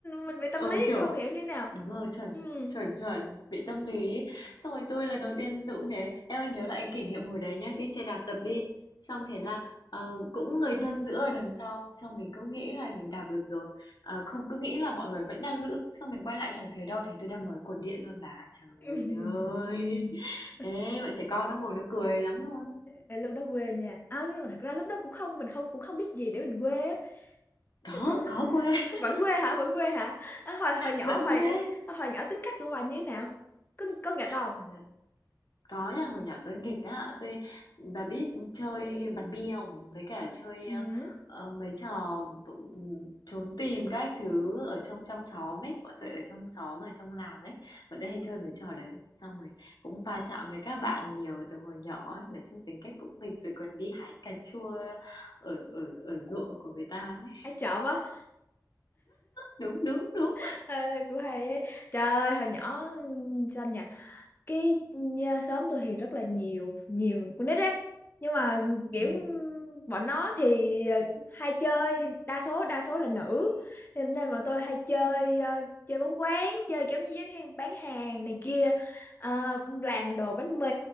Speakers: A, on the left; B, on the left.
A: mình bị tâm
B: ừ
A: lý
B: kiểu
A: không hiểu như thế nào
B: Đúng rồi, chuẩn,
A: ừ.
B: chuẩn, chuẩn, bị tâm lý ấy. Xong rồi tôi lần đầu tiên tôi cũng thế. Em anh nhớ lại cái kỷ niệm hồi đấy nhá, đi xe đạp tập đi. Xong thế là ờ, cũng người thân giữ ở đằng sau, xong mình cứ nghĩ là mình đạp được rồi. Ờ, không cứ nghĩ là mọi người vẫn đang giữ, xong mình quay lại chẳng thấy đâu, thế tôi đâm vào cột điện luôn bà. Trời
A: <laughs>
B: ơi. Ê, bọn trẻ con nó ngồi nó cười lắm luôn á.
A: Ờ, lúc đó quê nha à, nhưng mà thật ra lúc đó cũng không mình không cũng không biết gì để mình quê á.
B: Có,
A: Nên thật,
B: có quê,
A: ờ,
B: <laughs>
A: vẫn quê hả vẫn quê hả à, hồi hồi nhỏ
B: vẫn
A: hồi
B: quê.
A: ờ, hồi nhỏ tính cách của bà như thế nào có có nghịch không
B: Hồi nhỏ Có nha, hồi nhỏ tôi nghịch á, tôi bà biết chơi bắn bi không? Với cả chơi
A: ừ.
B: ờ, ờ, mấy trò bụng- trốn tìm các thứ ở trong trong xóm ấy, bọn tôi ở trong xóm ở trong làng ấy, bọn tôi hay chơi mấy trò đấy. Xong rồi cũng va chạm với các bạn nhiều từ hồi nhỏ ấy, nói chung tính cách cũng nghịch rồi còn đi hái cà chua ở ở ở ruộng của người ta ấy.
A: ai trộm quá?
B: Đúng đúng đúng.
A: <laughs> Ờ, của hay ấy. trời ơi hồi nhỏ xanh nhở cái nhà, xóm tôi thì rất là nhiều nhiều con nít đấy nhưng mà kiểu
B: Ừ.
A: bọn nó thì ờ, hay chơi đa số đa số là nữ nên, nên bọn tôi hay chơi ờ, chơi bóng quán chơi kiểu như bán hàng bán hàng này kia Ờ, làm đồ bánh mì